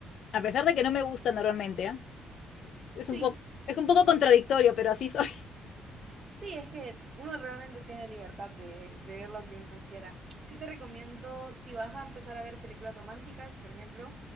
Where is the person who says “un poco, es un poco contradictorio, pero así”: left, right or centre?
Left